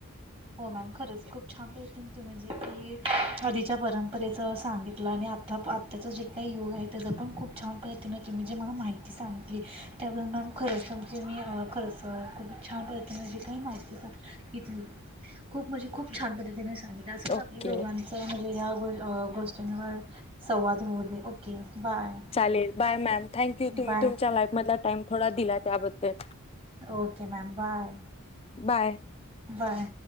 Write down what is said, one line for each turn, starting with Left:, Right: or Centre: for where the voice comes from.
Right: हो मॅम खरंच खूप छान पद्धतीने तुम्ही जे की आधीच्या परंपरेच सांगितलं आणि आ आता प आत्ताचं जे काही योग आहे त्याचं पण खुप छान पद्धतीनें तुम्ही जे मला माहिती सांगितली त्याब मॅम खरंच म्हणजे मी अं खरंच अं खूप छान पद्धतीने जी काही माहिती सांगितली. खूप म्हणजे खूप छान पद्धतीने सांगितलं असंच
Left: ओके.
Right: आपल्या दोघांच म्हणजे या. गो गोष्टींवर संवाद होऊ दे ओके बाय
Left: चालेल. बाय मॅम थँक्यू तुम्ही
Right: बाय
Left: तुमच्या लाईफमधला टाइम थोडा दिला त्याबद्दल,
Right: okay ma'am bye
Left: bye.
Right: Bye.